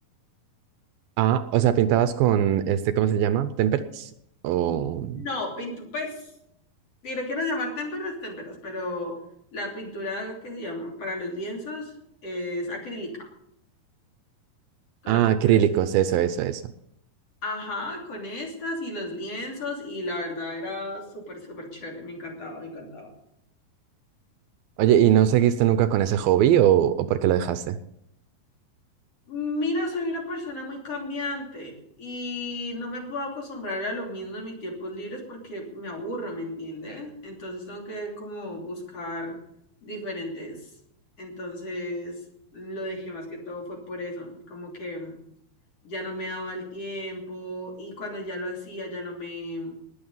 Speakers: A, on the right (about 80°); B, on the left (about 40°).
A: Ah, o sea, pintabas con este, ¿cómo se llama? ¿Temperas? O.
B: No, pinto, pues, si lo quieres llamar témperas, témperas, pero la pintura que se llama para los lienzos es acrílica, con
A: Ah,
B: la pintura.
A: acrílicos, eso, eso, eso.
B: Ajá, con estas y los lienzos, y la verdad era súper, súper chévere, me encantaba, me encantaba.
A: Oye, ¿y no seguiste nunca con ese hobby o, o por qué lo dejaste?
B: Mira, soy una persona muy cambiante y no me puedo acostumbrar a lo mismo en mis tiempos libres porque me aburro, ¿me entiendes? Entonces tengo que como buscar diferentes. Entonces lo dejé más que todo fue por eso, como que ya no me daba el tiempo y cuando ya lo hacía ya no me